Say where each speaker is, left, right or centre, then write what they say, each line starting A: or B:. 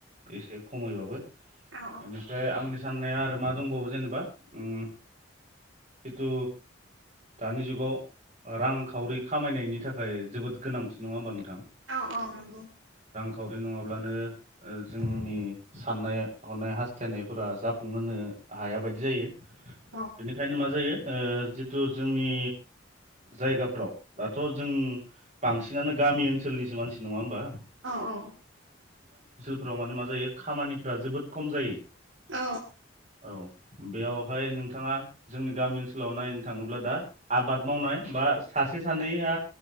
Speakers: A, on the right; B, on the right.
A: एसे खमैबाबो
B: औ
A: एनिफ्राय आंनि साननाया आरो मा दंबावो जेनेबा उम जितु दानि जुगाव ओ रांखावरि खामायनायनि थाखाय जोबोद गोनांथि नङा होमबा नोंथ
B: औ औ नंगौ
A: खावरि नङाब्लानो ओ जोंनि साननाय हनाय हास्थायनायफोरा जाफुंहोनो हाया बायदि जायो
B: औ
A: बेनिखायनो मा जायो ओ जितु जोंनि जायगाफ्राव दाथ' जों बांसिनानो गामि ओनसोलनिसो मानसि नङा होमबा
B: औ औ
A: फोराव माने मा जायो खामानिफोरा जोबोद खम जायो
B: औ
A: औ बेयावहाय नों जोंनि गामि ओनसोलाव नायनो थाङोब्ला दा आबाद मावनाय बा सासे सानैया